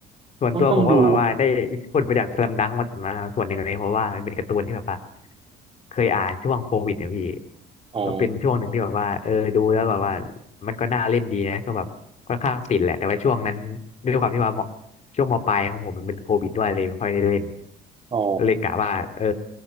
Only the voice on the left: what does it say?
ส่วนตัวผมก็แบบว่าได้อินพุตมาจากส
a ลัมดังมามาส่วนหนึ่งเลยเพราะว่ามันเป็นการ์ตูนที่แบบว่าเคยอ่านช่วงโควิดเนี่ยพี่
ก็เป็นช่วงหนึ่งที่แบบว่าเออดูแล้วแบบว่ามันก็น่าเล่นดีนะก็แบบค่อนข้างติดแหละแต่ว่าช่วงนั้นด้วยความที่ว่ามช่วงมปลายของผมมันเป็นโควิดด้วยเลยไม่ค่อยได้เล่น
ก็เลยกะว่าเออ